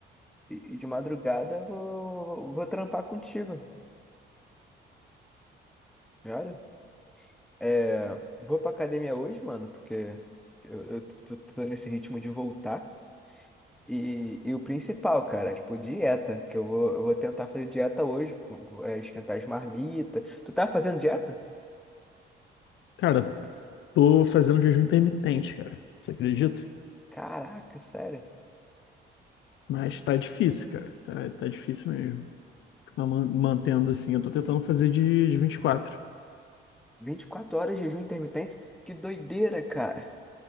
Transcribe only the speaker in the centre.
E, e de madrugada vou, vou trampar contigo, cara. É, vou pra academia hoje, mano, porque eu, eu tô, tô nesse ritmo de voltar. E, e o principal, cara, é, tipo, dieta, que eu vou, eu vou tentar fazer dieta hoje, é, esquentar as marmitas. Tu tá fazendo dieta?
Caraca, sério.
24 horas de jejum intermitente? Que doideira, cara.